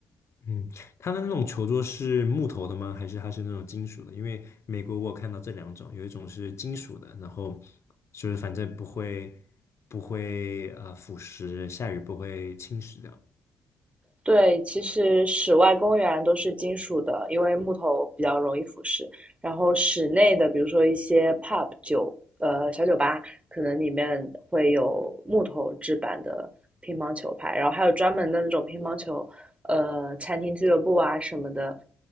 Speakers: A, on the left; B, on the right.
A: 嗯，它的那种球桌是木头的吗？还是它是那种金属的？因为美国我有看到这两种，有一种是金属的，然后就是反正不会不会呃腐蚀，下雨不会侵蚀掉。
B: 对，其实室外公园都是金属的，因为木头比较容易腐蚀。然后室内的，比如说一些 pub 酒，呃，小酒吧，可能里面会有木头制版的乒乓球拍，然后还有专门的那种乒乓球，呃，餐厅俱乐部啊什么的。